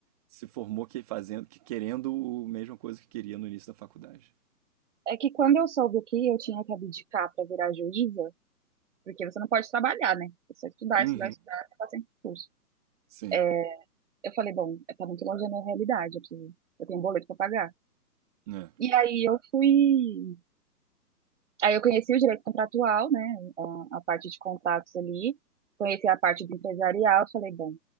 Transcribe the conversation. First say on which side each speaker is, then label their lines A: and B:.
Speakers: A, on the right (about 25°); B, on the right (about 45°).
A: se formou que fazendo, que querendo o- a mesma coisa que queria no início da faculdade.
B: É que quando eu soube que eu tinha que abdicar para virar juíza, porque você não pode trabalhar, né? Você estudar,
A: Uhum.
B: estudar, estudar, ficar sem curso.
A: Sim.
B: É, eu falei, bom, é, tá muito longe da minha realidade, eu, preciso, eu tenho um boleto para pagar.
A: É.
B: E aí eu fui. Aí eu conheci o direito contratual, né? A, a parte de contatos ali, conheci a parte do empresarial, eu falei, bom,